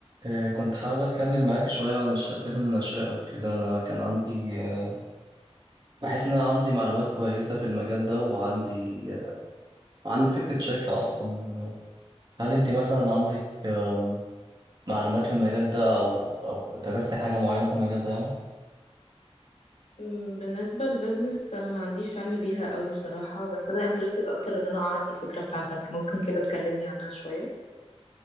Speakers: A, on the right; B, on the left.
A: آه، كنت حابب أتكلم معاك شوية عن الشركات الناشئة وكده أنا كان عندي آه، بحس إن أنا عندي معلومات كويسة في المجال ده وعندي آه، وعندي فكرة شركة أصلا هل أنت مثلا عندك آم، معلومات في المجال ده أو أو درستي حاجة معينة في المجال ده يعني؟
B: أمم، بالنسبة للبزنس أنا ما عنديش علم بيها قوي بصراحة بس أنا interested أكتر إن أنا أعرف الفكرة بتاعتك ممكن كده تكلمني عنها شوية